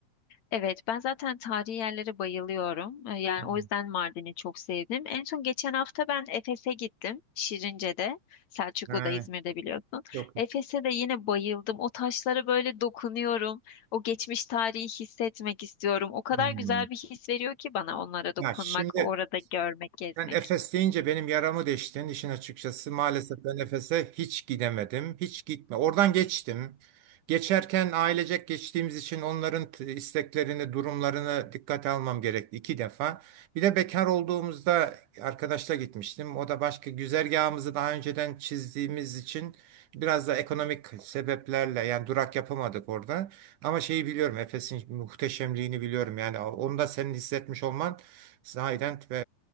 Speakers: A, on the left; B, on the right.
A: Evet, ben zaten tarihi yerlere bayılıyorum. Ee, Yani
B: Hmm.
A: o yüzden Mardin'i çok sevdim. En son geçen hafta ben Efes'e gittim. Şirince'de, Selçuklu'da,
B: Ha,
A: İzmir'de biliyorsun.
B: yok.
A: Efes'e de yine bayıldım. O taşlara böyle dokunuyorum. O geçmiş tarihi hissetmek istiyorum. O kadar
B: Hmm.
A: güzel bir his veriyor ki bana onlara dokunmak,
B: Ya şimdi
A: orada görmek, gezmek.
B: Ben Efes deyince benim yaramı deştin işin açıkçası. Maalesef ben Efes'e hiç gidemedim. Hiç gitme. Oradan geçtim. Geçerken ailecek geçtiğimiz için onların t- isteklerini, durumlarını dikkate almam gerekti iki defa. Bir de bekar olduğumuzda arkadaşla gitmiştim. O da başka güzergahımızı daha önceden çizdiğimiz için biraz da ekonomik sebeplerle yani durak yapamadık orada. Ama şeyi biliyorum Efes'in muhteşemliğini biliyorum. Yani onu da senin hissetmiş olman Sahiden e,